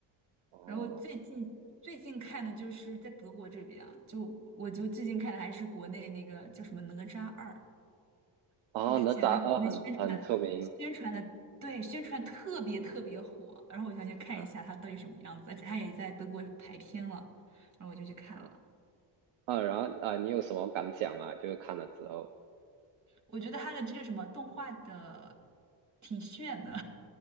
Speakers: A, on the right; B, on the right.
A: 哦。
B: 然后最近最近看的就是在德国这边啊，就我就最近看的还是国内那个叫什么《哪吒二》，
A: 哦，
B: 就之前在国内宣传宣传的，
A: 哪吒二很很出名
B: 对，宣传特别特别火，然后我想去看一下它到底什么样子，
A: 啊
B: 而且它也在德国排片了，然后我就去看了。
A: 啊啊！然后啊，你有什么感想吗？就是看了之后，
B: 我觉得他的这个什么动画的挺炫的，